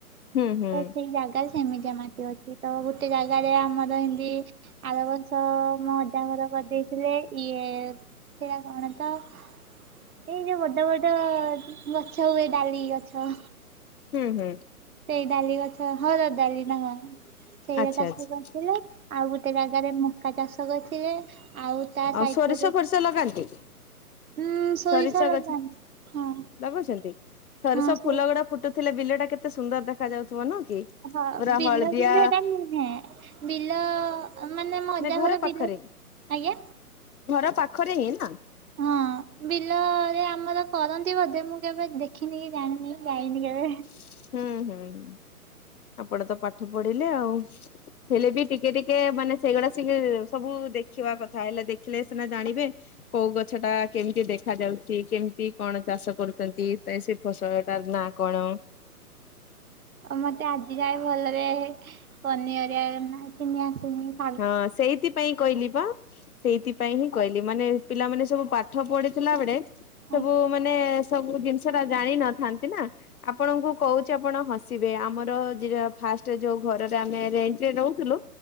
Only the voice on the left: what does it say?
ହୁଁ ହୁଁ
ହୁଁ ହୁଁ <inaudible>
ଆଚ୍ଛା
ଆଚ୍ଛା।
ଆଉ
ସୋରିଷ
ପରିଷ ଲଗାନ୍ତି?
ସୋରିଷ
ଗଛ
ଲଗଉଛନ୍ତି ସୋରିଷ
ଫୁଲ ଗୁଡ଼ା ଫୁଟୁଥିଲେ ବିଲ ଟା କେତେ ସୁନ୍ଦର ଦେଖା ଯାଉଥିବ ନୁହଁ କି?
ପୁରା
ହଳଦିଆ
ନା
ପାଖରେ
ଘର ପାଖରେ ହିଁ ନା।
ହୁଁ ହୁଁ ହୁଁ ଆପଣ ତ ପାଠ ପଢିଲେ ଆଉ ହେଲେ ବି ଟିକେ ଟିକେ। ଟିକେ ମାନେ ସେଇଗୁଡା ସିଏ ସବୁ ଦେଖିବା କଥା ହେଲେ ଦେଖିଲେ ସିନା ଜାଣିବେ। କୋଉ ଗଛ ଟା କେମିତି ଦେଖା ଯାଉଛି କେମିତି କଣ ଚାଷ କରୁଛନ୍ତି ତ ସେ। ଫସଲ ତାର ନା କଣ।
ହଁ ସେଇଥିପାଇଁ କହିଲି ପା। ସେଇଥିପାଇଁ ହିଁ କହିଲି ମାନେ ପିଲାମାନେ ସବୁ ପାଠ ପଢିଥିଲା ବେଳେ ସବୁ
ମାନେ। ସବୁ ଜିନିଷ ଟା ଜାଣିିନଥାନ୍ତି ନା ଆପଣଙ୍କୁ କହୁଛି ଆପଣ ହ। ହସିବେ ଆମର ଯି ଯା ଫାଷ୍ଟ ରେ ଯୋଉ ଘରଟା ଆମେ ରେଣ୍ଟରେ ରହୁଥିଲୁ